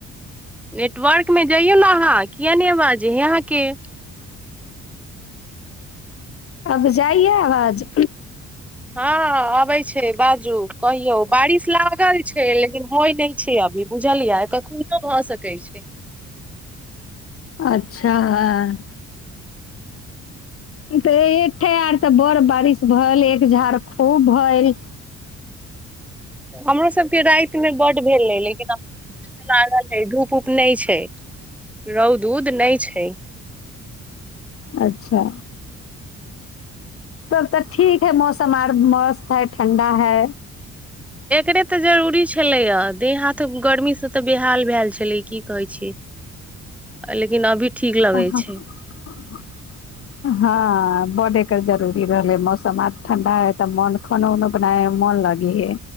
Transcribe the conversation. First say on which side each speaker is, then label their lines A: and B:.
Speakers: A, in the centre; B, on the left.
A: नेटवर्क मे जइयौ ने अहाँ किया नय अबाज हे अहाँ के
B: अब जाइय आवाज
A: हँ। अबै छै बाजू कहियौ बारिश लागल छै लेकिन होय नय छै अभी बुझलियै कख भऽ सकै छै
B: अच्छा हँ। तऽ एकठे आर तऽ बड़ बारिश भेलल एक झाड़ खूब भेल
A: हमरो सब के राति मे बड भेल रहै लेकिन लागल है धूप पूप नय छै। रौद उद नय छै।
B: अच्छा। तब तऽ ठीक है। मौसम आर मस्त है। ठण्डा है।
A: एकरे तऽ जरूरी छलैया। देह हाथ गर्मी सँ तऽ बेहाल भेल छलै की कहै छै लेकिन अभी ठीक
B: <unintelligible>
A: लगै छै
B: हँ बडे एकर जरूरी रहले मौसम आर ठंडा है तऽ मन खान उना बनाए मन लागि हे,